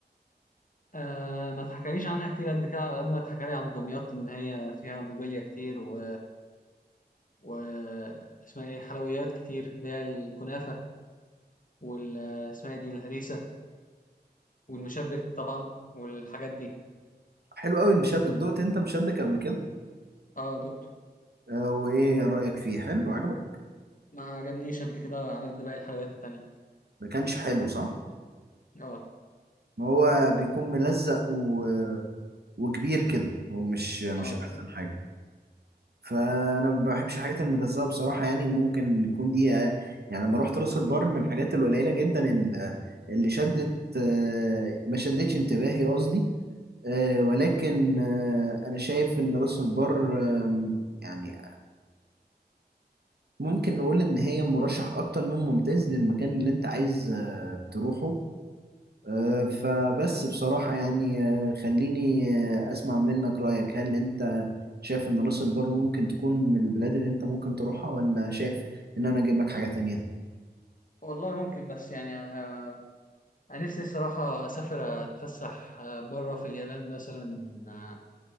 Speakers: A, on the left; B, on the right.
A: آه ما اتحكاليش عنها كتير قد كده على قد ما اتحكالي عن دمياط ان هي فيها موبيليا كتير و, و... اسمها ايه حلويات كتير اللي هي الكنافه وال اسمها إيه دي الهريسه والمشبك طبعا والحاجات دي
B: حلو قوي المشبك دقت انت مشبك قبل كده
A: اه دقته
B: آه، وايه رايك فيه حلو عجبك
A: ما عجبنيش قد كده على قد باقي الحلويات التانية
B: ما كانش حلو صح
A: اه
B: ما هو بيكون ملزق و... وكبير كده هو مش مش
A: اه
B: احسن حاجه فانا ما بحبش الحاجات الملزقه بصراحه يعني ممكن يكون دي آه، يعني لما رحت راس البر من الحاجات القليله جدا ال- اللي شدت آه، ما شدتش انتباهي قصدي آه، ولكن آه، انا شايف ان راس البر آه، يعني ممكن نقول ان هي مرشح اكتر من ممتاز للمكان اللي انت عايز آه، تروحه آه، فبس بصراحة يعني آه، خليني آه، أسمع منك رأيك هل أنت شايف إن راس البر ممكن تكون من البلاد اللي أنت ممكن تروحها ولا شايف إن أنا أجيب لك حاجة تانية؟
A: والله ممكن بس يعني آه، انا نفسي الصراحه اسافر اتفسح آه، بره في اليابان مثلا آه،